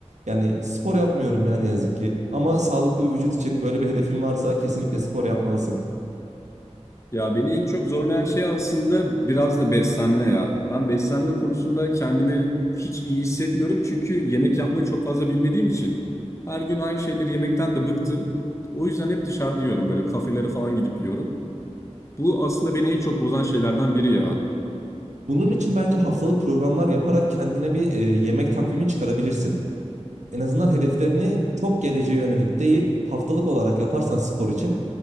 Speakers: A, on the right; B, on the left.
A: Yani spor yapmıyorum yani ne yazık ki. Ama sağlıklı bir vücut için böyle bir hedefin varsa kesinlikle spor yapmalısın.
B: Ya beni en çok zorlayan şey aslında biraz da beslenme ya. Ben beslenme konusunda kendimi hiç iyi hissetmiyorum. Çünkü yemek yapmayı çok fazla bilmediğim için. Her gün aynı şeyleri yemekten de bıktım. O yüzden hep dışarıda yiyorum böyle kafelere falan gidip yiyorum. Bu aslında beni en çok bozan şeylerden biri ya.
A: Bunun için bence haftalık programlar yaparak kendine bir e, yemek takvimi çıkarabilirsin. En azından hedeflerini çok geleceğe yönelik değil, haftalık olarak yaparsan spor için